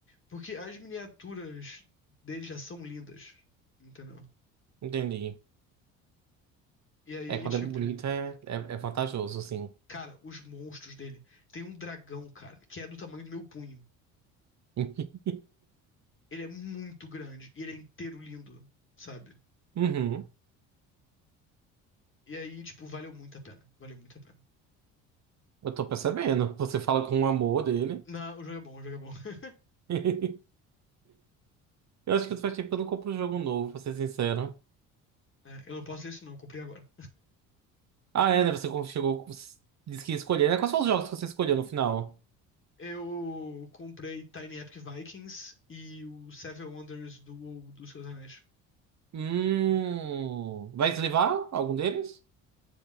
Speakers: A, on the left; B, on the right.
A: porque as miniaturas dele já são lindas, entendeu?
B: Entendi.
A: E aí,
B: É, quando
A: tipo,
B: é bonito é, é, é vantajoso, assim.
A: cara, os monstros dele. Tem um dragão, cara, que é do tamanho do meu punho.
B: <laughs>
A: Ele é muito grande e ele é inteiro lindo, sabe?
B: Uhum.
A: E aí, tipo, valeu muito a pena. Valeu muito a pena.
B: Eu tô percebendo. Você fala com o amor dele.
A: Não, o jogo é bom, o jogo é bom. <laughs>
B: <laughs> Eu acho que faz tempo que eu não compro um jogo novo, pra ser sincero.
A: É, eu não posso dizer isso, não, eu comprei agora.
B: Ah, é, né? Você chegou, disse que ia escolher, né? Quais são os jogos que você escolheu no final?
A: Eu comprei Tiny Epic Vikings e o Seven Wonders do, WoW, do Seus Anéis.
B: Hum, vai deslivar algum deles?